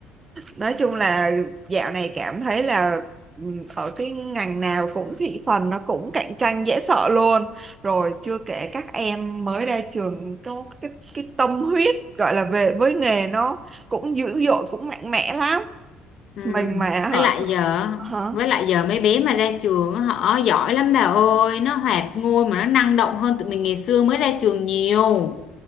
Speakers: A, on the right; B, on the left.
A: nói chung là dạo này cảm thấy là ừ, ở cái ngành nào cũng thị phần nó cũng cạnh tranh dễ sợ luôn rồi chưa kể các em mới ra trường có cái, cái tâm huyết gọi là về với nghề nó cũng dữ dội cũng mạnh mẽ lắm
B: Ừ.
A: mình mà
B: Với
A: họ
B: lại giờ
A: hả
B: với lại giờ mấy bé mà ra trường á, họ giỏi lắm bà ơi, nó hoạt ngôn mà nó năng động hơn tụi mình ngày xưa mới ra trường nhiều.